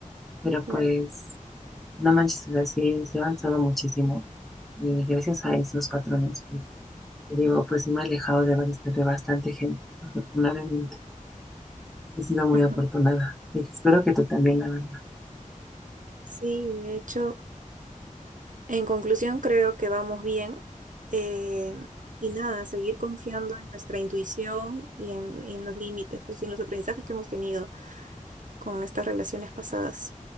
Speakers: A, in the centre; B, on the right (about 70°).
A: Pero pues,
B: Claro.
A: no manches, o sea, sí, sí he avanzado muchísimo. Y gracias a esos patrones, pues, te digo, pues sí me he alejado de, bast- de bastante gente, afortunadamente. He sido muy
B: Ujú.
A: afortunada. Y espero que tú también, la verdad.
B: Sí, de hecho, en conclusión creo que vamos bien. eh, y nada, seguir confiando en nuestra intuición y en, y en los límites, pues y en los aprendizajes que hemos tenido con estas relaciones pasadas.